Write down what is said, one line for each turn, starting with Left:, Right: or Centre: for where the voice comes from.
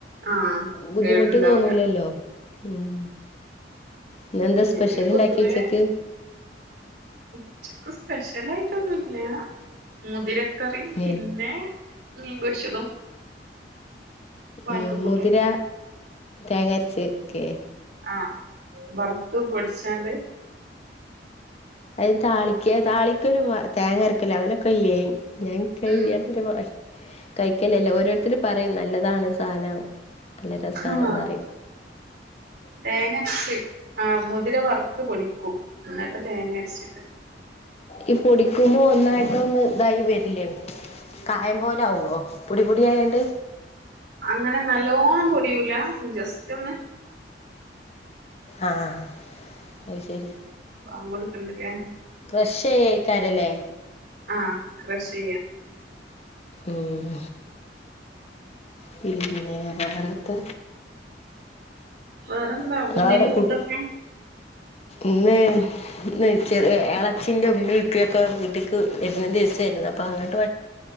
Right: ആഹ്
Left: ബുദ്ധിമുട്ട്
Right: കേടുണ്ടാവൂല
Left: തോന്നൂലല്ലോ ഉം ഇന്നെന്താ സ്പെഷ്യൽണ്ടാക്കി
Right: ഞാന് പൊതുവേ
Left: ഉച്ചയ്ക്ക്
Right: ഉച്ചക്ക് സ്പെഷ്യലായിട്ടൊന്നുല്ല മുതിരക്കറിയും പിന്നെ
Left: ഉം
Right: മീൻ പൊരിച്ചതും വാഴക്കക്കൂട്ടാനും
Left: ഉം മുതിര തേങ്ങരച്ച് വെക്കെ
Right: ആഹ് വറുത്ത പൊടിച്ചാണ്ട്
Left: അത് താളിയ്ക്കാ താളിക്കൊരു വ തേങ്ങ അരക്കല് അങ്ങനൊക്കെ ഇല്ലേ ഞങ്ങക്ക്
Right: ഉം
Left: ഇല്ലാത്തൊരു ഭാഷ കയ്ക്കലല്ലേ ഓരോരുത്തർ പറയും നല്ലതാണ് സാനം നല്ല രസമാണ്ന്ന്
Right: ആഹ്
Left: റയും.
Right: തേങ്ങരച്ച് ആഹ് മുതിര വറുത്ത് പൊടിക്കും ഇന്നട്ട് തേങ്ങ അരച്ചിട്ട്
Left: ഈ പൊടിക്കുമ്പോ ഒന്നായിട്ട് ഒന്ന് ഇതായി വരില്ലേ കായം പോലാവ്വോ പൊടിപൊടിയായോണ്ട്?
Right: അങ്ങനെ നല്ലോണം പൊടിയൂല ജസ്റ്റൊന്ന്
Left: ആഹ് അത് ശെരി
Right: ബാങ്ക് കൊട്ക്ക്ണ് ണ്ട്ല്ലേ?
Left: ക്രഷെയ്യയ്ക്കാരല്ലേ
Right: ആഹ് ക്രഷ് ചെയ്യാ.
Left: ഉം പിന്നെ വേറെന്ത്?
Right: വേറെന്താ,
Left: നിങ്ങളവിടെ
Right: അവടെന്തേനി ഫുഡൊക്കെ?
Left: കുട് ഇന്ന് ഇന്ന് ചെറിയ എളച്ചിൻ്റെ ഉമ്മീം ഇപ്പൊക്കെ വീട്ട്ക്ക് വെര്ന്ന ദിവസെര്ന്ന് അപ്പൊ അങ്ങട്ട്